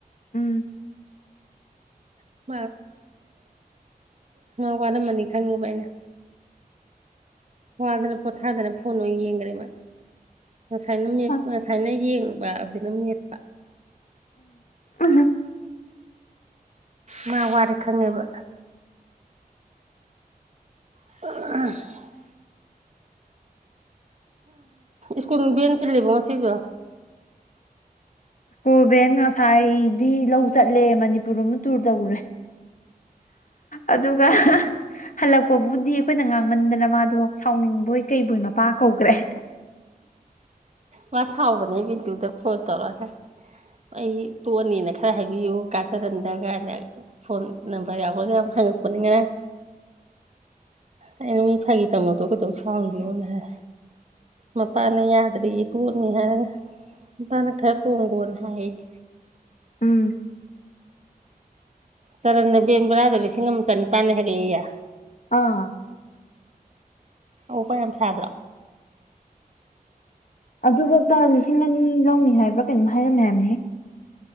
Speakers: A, on the left (about 55°); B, on the right (about 45°).
A: ꯎꯝ
B: <unintelligible> ꯃꯥ ꯋꯥꯔꯝꯃꯅꯤ ꯈꯪꯉꯦꯕ ꯑꯩꯅ ꯋꯥꯗꯅ ꯄꯣꯊꯥꯗꯅ ꯐꯣꯟ ꯑꯣꯏꯅ ꯌꯦꯡꯈ꯭ꯔꯦ ꯃꯥ ꯉꯁꯥꯏꯅ ꯃꯦꯠ
A: ꯑꯁ
B: ꯉꯁꯥꯏꯅ ꯌꯦꯡꯕ ꯍꯧꯖꯤꯛꯅ ꯃꯦꯠ
A: ꯎꯝ
B: ꯃꯥ ꯋꯥꯔꯦ ꯈꯪꯉꯦꯕ <unintelligible> ꯁ꯭ꯀꯨꯜ ꯕꯦꯟ ꯆꯤꯜꯂꯤꯕꯣ ꯉꯁꯤꯁꯨ
A: ꯏꯁꯀꯨꯜ ꯚꯦꯟ ꯉꯁꯥꯏꯗꯤ ꯂꯧ ꯆꯠꯂꯦ ꯃꯅꯤꯄꯨꯔ ꯑꯃ ꯇꯨꯔ ꯇꯧꯔꯨꯔꯦ ꯑꯗꯨꯒ ꯍꯜꯂꯛꯄꯕꯨꯗꯤ ꯑꯩꯈꯣꯏꯅ ꯉꯥꯡꯃꯟꯗꯅ ꯃꯥꯗꯣ ꯁꯥꯎꯅꯤꯡꯕꯣꯏ ꯀꯩꯕꯣꯏ ꯃꯄꯥ ꯀꯧꯈ꯭ꯔꯦ
B: ꯃꯥ ꯁꯥꯎꯕꯅꯦ ꯕꯤꯗꯨꯗ ꯐꯣꯟ ꯇꯧꯔꯛꯑꯒ ꯑꯩ ꯇꯣꯛꯑꯅꯤꯅ ꯈꯔ ꯍꯥꯏꯕꯤꯌꯨ ꯀꯥꯆꯔꯟꯗꯒꯅ ꯐꯣꯟ ꯅꯝꯕꯔ ꯌꯥꯎꯕꯒ ꯌꯥꯝ ꯍꯪꯉꯛꯄꯅꯦ ꯉꯔꯥꯡ ꯑꯩꯅ ꯃꯤ ꯐꯥꯒꯤ ꯇꯧꯅꯕꯗꯣ ꯀꯩꯗꯧ ꯁꯥꯎꯔꯤꯅꯣꯅ ꯍꯥꯏ ꯃꯄꯥꯅ ꯌꯥꯗ꯭ꯔꯤ ꯇꯣꯡꯅꯤ ꯍꯥꯏ ꯃꯄꯥꯅ ꯈꯔ ꯇꯣꯡꯈꯣꯅ ꯍꯥꯏꯌꯦ
A: ꯎꯝ
B: ꯆꯔꯟꯅ ꯕꯦꯟꯕꯔꯥꯗꯣ ꯂꯤꯁꯤꯡ ꯑꯃ ꯆꯅꯤꯄꯥꯟꯅꯤ ꯍꯥꯏꯔꯛꯑꯦꯌꯦ
A: ꯑꯥ
B: ꯑꯋꯣꯛ ꯑꯄꯥ ꯌꯥꯝ ꯁꯥꯗ꯭ꯔꯣ
A: ꯑꯗꯨꯐꯧꯇ ꯂꯤꯁꯤꯡ ꯑꯅꯤ ꯂꯧꯅꯤ ꯍꯥꯏꯕ꯭ꯔꯥ ꯀꯩꯅꯣꯝ ꯍꯥꯏꯔꯝꯃꯦ ꯍꯥꯏꯕꯅꯦꯍꯦ